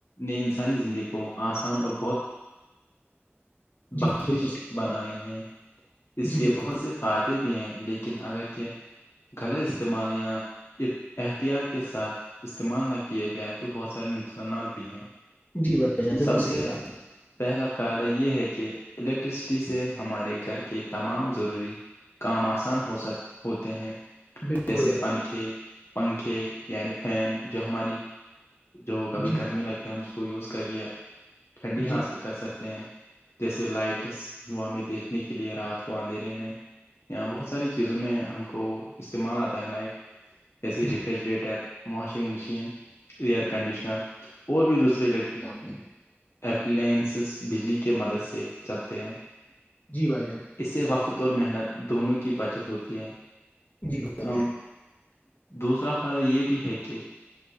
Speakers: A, on the left (about 70°); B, on the left (about 45°).
A: نے انسانی زندگی کو آسان اور بہت بخشش
B: جی بالکل صحیح کہا
A: بنائی
B: آپ نے۔
A: ہیں اس کے
B: جی بالکل
A: بہت سے فائدے بھی ہیں لیکن اگر کہ لط استعمال یا احتیاط کے ساتھ استعمال نہ کیے جائے تو بہت سارے نقصانات بھی ہیں
B: جی ب جان بالکل
A: سب سے
B: صحا
A: پہلا فائدہ یہ ہے کہ الیکٹرسٹی سے ہمارے گھر کے تمام ضروری کام آسان ہو سک ہوتے ہیں
B: بالکل
A: جیسے
B: بھائی
A: پنکھے
B: جان
A: پنکھے یعنی فین جو ہماری جو کبھی
B: جی
A: گرمی لگتی ہے اس کو کو یوز کر کے ٹھنڈی ہاتھ
B: جی
A: کر سکتے ہیں جیسے لائٹس وہ ہمیں دیکھنے کے لیے رات کو اندھیرے میں یہاں بہت ساری چیزوں میں ہم کو استعمال آتا ہے لائٹ جیسے
B: جی
A: refrigerator washing machine air conditioner اور بھی دوسرے الٹ
B: آپنی
A: اپلائنسز بجلی کے مدد سے چلتے ہیں
B: جی بھائی جان
A: اس سے وقت اور محنت دونوں کی بچت ہوتی ہے
B: جی بھائی
A: ا
B: جان
A: دوسرا فائدہ یہ بھی ہے کہ